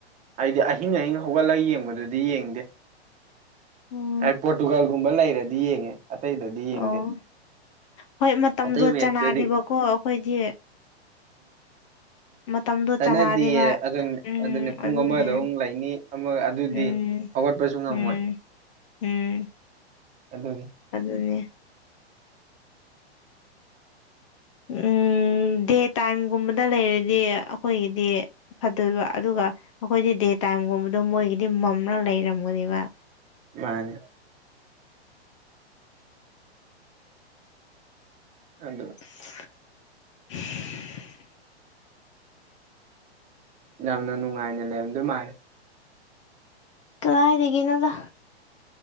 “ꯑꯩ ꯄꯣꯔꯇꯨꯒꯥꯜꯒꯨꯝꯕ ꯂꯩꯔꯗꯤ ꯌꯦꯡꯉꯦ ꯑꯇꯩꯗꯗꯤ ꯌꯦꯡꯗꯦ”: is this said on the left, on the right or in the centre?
Right